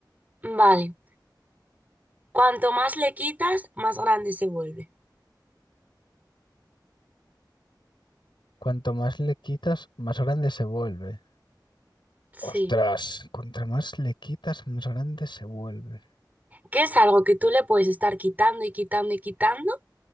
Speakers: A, on the right; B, on the left.
A: Vale. Cuanto más le quitas, más grande se vuelve.
B: Cuanto más le quitas, más grande se vuelve.
A: Sí.
B: Ostras, cuanto más le quitas, más grande se vuelve.
A: Que es algo que tú le puedes estar quitando y quitando y quitando